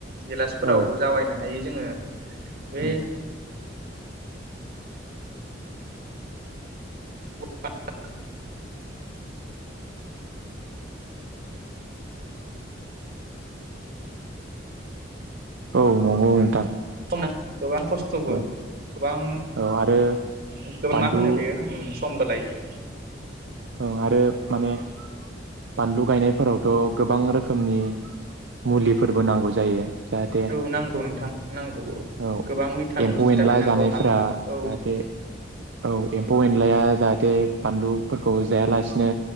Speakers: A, on the right (about 55°); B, on the right (about 70°).
A: गिलासपोराव
B: औ
A: जावायनो हायो जोङो बे
B: औ
A: <inaudible>
B: औ नंगौ नोंथां
A: नों गोबां खस्थ'बो
B: ओं
A: गोबां
B: औ आरो
A: गोबां
B: बानलु
A: मा होनो बेयो समबो लायो
B: ओ आरो माने बानलु गायनायफोरावथ' गोबां रोखोमनि मुलिफोरबो नांगौ जायो। जाहाथे
A: औ नांगौ नोंथां नांगौ
B: औ
A: गोबां भिटामिन
B: एम्फौ
A: सिटामिन
B: एनला
A: नांगौ
B: जानायफोरा
A: हा औ
B: जाहाथे औ एम्फौ एनलाया जाहाथे बानलु फोरखौ जायालासिनो